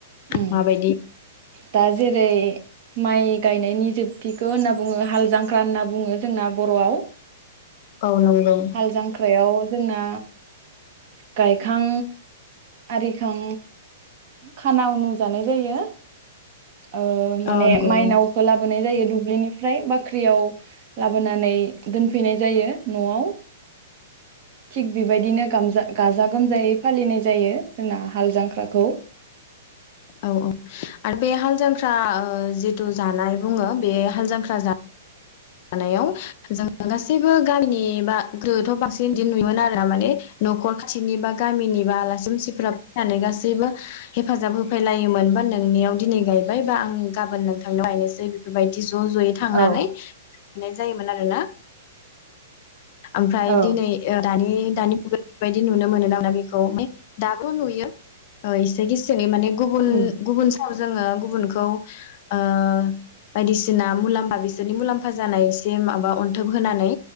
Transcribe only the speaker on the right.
उम
दा जेरै माइ गायनायनि जोब थिखौ होनना बुङो हाल जांख्रा होनना बुङो जोंना बर'आव
हाल जांख्रायाव जोंना गायखां आरिखां खाना उनु जानाय जायो। ओ माने
माइनाव
लाब लाबोनाय जायो दुब्लिनिफ्राय बाख्रियाव लाबोनानै दोनफैनाय जायो न'आव थिग बे बायदिनो गामजा गाजा गोमजायै फालिनाय जायो जोंना हाल जांख्राखौ
औ
औ
उम